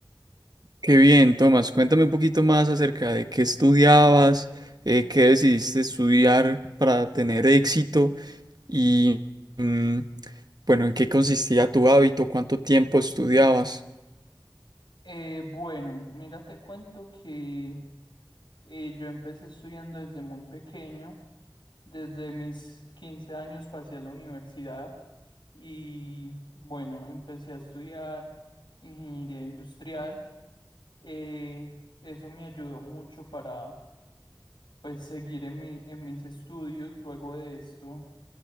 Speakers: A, on the right; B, on the left.
A: Qué bien, Tomás, cuéntame un poquito más acerca de qué estudiabas, eh, qué decidiste estudiar para tener éxito Y mm, bueno, ¿en qué consistía tu hábito? ¿Cuánto tiempo estudiabas?
B: Eh, bueno, mira, te cuento que eh, yo empecé estudiando desde muy pequeño. Desde mis 15 años pasé a la universidad y bueno, empecé a estudiar ingeniería industrial. Eh, eso me ayudó mucho para pues seguir en mi, en mis estudios. Luego de esto,